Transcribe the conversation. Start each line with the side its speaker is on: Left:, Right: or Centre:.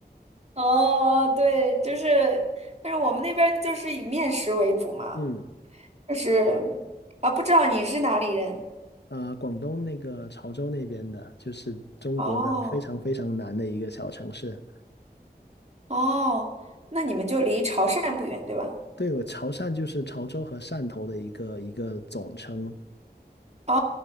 Right: 哦哦，对，就是，但是我们那边儿就是以面食为主嘛，
Left: 嗯，
Right: 就是啊，不知道你是哪里人。
Left: 呃，广东那个潮州那边的，就是中国的非常非常南的一个小城市。
Right: 哦哦，那你们就离潮汕不远，对吧？
Left: 对，我潮汕就是潮州和汕头的一个一个总称，
Right: 哦